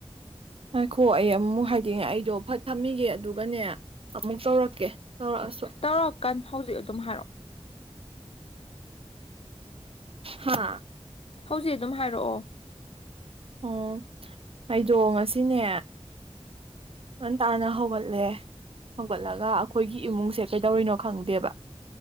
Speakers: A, on the right; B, on the left.
A: ꯉꯥꯏꯈꯣ ꯑꯩ ꯑꯃꯨꯛ ꯍꯥꯏꯗꯤꯅꯦ ꯑꯩꯗꯣ ꯐꯠ ꯊꯝꯃꯤꯒꯦ ꯑꯗꯨꯒꯅꯦ ꯑꯃꯨꯛ ꯇꯧꯔꯛꯀꯦ ꯇꯧꯔꯛꯑꯁꯨ
B: ꯇꯧꯔꯛꯀꯥꯟ ꯍꯧꯖꯤꯛ ꯑꯗꯨꯝ ꯍꯥꯏꯔꯛꯑꯣ
A: ꯍꯥꯥ
B: ꯍꯧꯖꯤꯛ ꯑꯗꯨꯝ ꯍꯥꯏꯔꯛꯑꯣ
A: ꯎꯝ ꯑꯩꯗꯣ ꯉꯁꯤꯅꯦ ꯅ ꯇꯥꯅ ꯍꯒꯠꯂꯦ ꯍꯧꯒꯠꯂꯒ ꯑꯩꯈꯣꯏꯒꯤ ꯏꯃꯨꯡꯁꯦ ꯀꯩꯗꯧꯔꯤꯅꯣ ꯈꯪꯗꯦꯕ